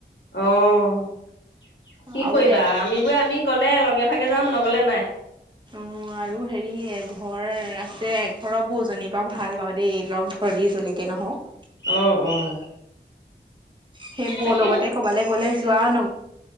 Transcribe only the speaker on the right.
আৰু
এঘ
অ আৰু হেৰি এঘৰ আছে এঘৰৰ বৌজনী বা ভাল বাৱ দেই লগ ধৰেই যেনেকে নহওঁক
সেই বৌ
লগতে ক'বালে গ'লে যোৱা ন